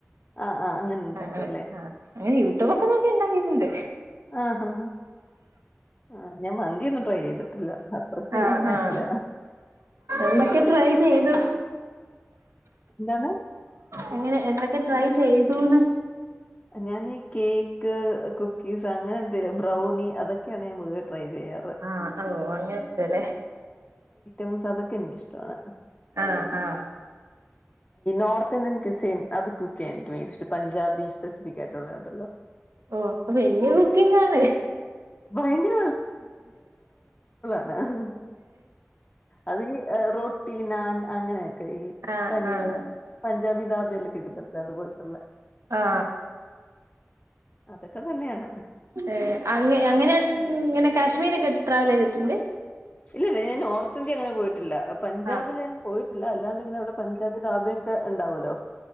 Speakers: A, on the left; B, on the right.
A: ആ ആ ഉണ്ടാക്കും
B: അങ്ങനെ
A: അല്ലേ
B: ആ അങ്ങനെ യൂട്യൂബ ഒക്കെ നോക്കി ഉണ്ടാക്കിട്ടുണ്ട്
A: ആഹാ. ആ ഞാൻ മന്തിൊന്നും ട്രൈ ചെയ്തിട്ടില്ല അത്രക്കെ
B: ആഹ്
A: ഒന്നും വന്നിട്ടില്ല
B: ആഹ് എന്തൊക്കെ ട്രൈ ചെയ്തു
A: എന്തോന്ന
B: അങ്ങനെ എന്തൊക്കെ ട്രൈ ചെയ്തുന്ന്
A: ഞാാനീഈ കേക്ക് കുക്കീസ് അങ്ങനെ എന്തെലും ബ്രൗണി അതൊക്കെയാണ് ഞാൻ പൊതുവെ ട്രൈചെയർ
B: ആഹ് ഓ അങ്ങനത്തെല്ലേ
A: ഐംസ് അൊക്കെ എനിക്കഷ്ടം
B: ആഹ് ആഹ്
A: ോർ <unintelligible> അത് കുക്ക് ചെയ്യൻ എനിക്ക് ഭയങ്കര ഇഷ്ടം പഞ്ചാബീ റസ്പ്പിക്കായിട്ടുള്ളത് ഉണ്ടല്ലോ
B: ഓ വലിയ ബുക്കിങ് ആണല്ലേ
A: ഭയങ്കര ആഹ് അത് ഈ റൊ ട്ടി, നാൻ അങ്ങനെ ക്കെ ഈ
B: ആഹ്
A: പനീറ്
B: ആഹ്
A: പൻ ഞ്ചാബി ദബേലൊക്കെ കിട്ടു ലതു പോലതന്നെ
B: ആ
A: അതൊക്കെ തന്നെയാണ്.
B: ഏ അങ്ങെ അങ്ങനെയങ്ങനെ കാശ്മീരൊക്കെ ട്രാവലീതിട്ട്ണ്ട്?
A: ഇല്ലില്ല ഞാൻ നോർത്ത് ഇന്ത്യ അങ്ങനെ പോയിട്ടില്ല പഞ്ചാബില്
B: ആഹ്
A: ഞാൻ പോയിട്ടില്ല അല്ലാണ്ടിങ്ങനെ അവിടെ പഞ്ചാബി ദബെ ക്കെ ഇണ്ടാവൂല്ലോ